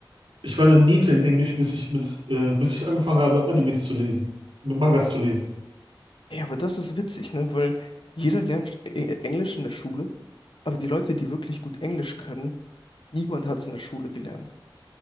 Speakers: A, on the right (about 85°); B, on the left (about 75°).
A: Ich war eine Niete in Englisch, bis ich mit, äh, bis ich angefangen habe, Animes zu lesen, mit Mangas zu lesen.
B: Ey, aber das ist witzig, ne? Weil jeder lernt E- Englisch in der Schule, aber die Leute, die wirklich gut Englisch können, niemand hat es in der Schule gelernt.